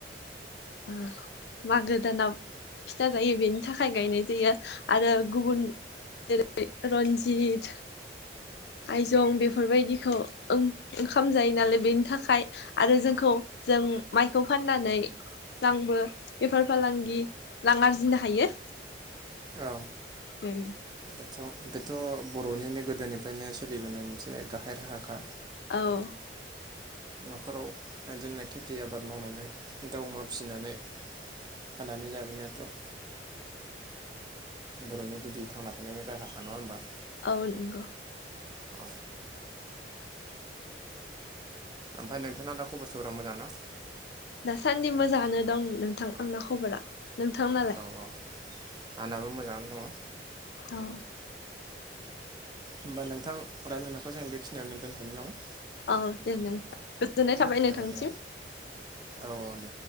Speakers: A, on the left; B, on the right.
A: ओ मागो दानाव फिथा जायो बेनि थाखाय गायनाय जायो आरो गुबुन जेरै रन्जित आयजं बेफोरबायदिखौ ओं ओंखाम जायो नालाय बेनि थाखाय आरो जोंखौ जों माइखौ फाननानै बांबो बेफार फालांगि रां आरजिनो हायो
B: औ
A: बेनो
B: बेथ' बेथ' बर'निनो गोदोनिफ्रायनो सोलिबोनाय मोनसे गाहाय राहाखा
A: औ
B: न'खराव इदिनो खेथि आबाद मावनानै दाउ अमा फिसिनानै फाननानै जाबोनायाथ' बर'नि गुदि थांना थानायनि राहाखा नङा होमबा
A: औ नंगौ
B: औ ओमफाय नोंथाङा दा खबर सबरा मोजां ना
A: दासान्दि मोजाङानो दं नोंथां आंना खबरा नोंथांनालाय
B: औ औ आंनाबो मोजाङानो दङ
A: औ
B: होमबा नोंथां रायज्लायनायखौ जों बेखिनियावनो दोन्थ'नो नामा
A: औ दे नों गोजोननाय थाबाय नोंथांसिम
B: औ दे औ औ दे